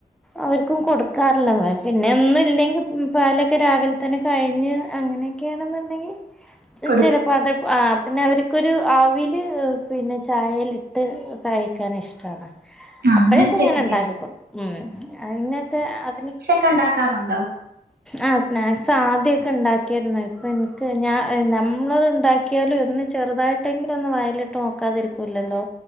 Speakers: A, in the centre; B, on the right.
A: അവർക്കും കൊടുക്കാറില്ല. പിന്നെ ന്നുംല്ലെങ്കിൽ പാലൊക്കെ രാവിൽ തന്നെ കഴിഞ്ഞ്, അങ്ങനെയൊക്കെയാണെന്നുണ്ടെങ്കിൽ
B: കൊടുക്കും
A: ചിലപ്പോ അത് ആഹ് പിന്നെ അവർക്കൊരു അവില് പിന്നെ ചായേലിട്ട് കഴിക്കാൻ ഇഷ്ടമാണ്.
B: ആഹ്
A: അപ്പഴൊക്കെ
B: അങ്ങനത്തെക്കൊക്കെ
A: ഇങ്ങനെ ഉണ്ടാക്കിക്കൊണ്ട്,
B: ഇഷ്ടം
A: ഉം അയ്നൊക്കെ അതിന്
B: പ്പ ണ്ടാക്കാറുണ്ടോ
A: ആഹ് സ്നാക്സ് ആദ്യക്കെ ണ്ടാക്കിരുന്നു. ഇപ്പൊ ഇൻക്ക് ഞ നമ്മള് ഉണ്ടാക്കി ക്യാലു ഒന്ന് ചെറുതായിട്ടെങ്കിലും ഒന്ന് വായിലിട്ട് നോക്കാതിരിക്കൂല്ലല്ലോ?.